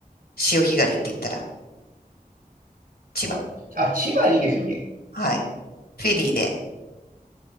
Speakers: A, on the left; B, on the right.
A: 潮干狩りって言ったら、千葉。
B: あ、あ、千葉いいですよね。
A: はい。フェリーで。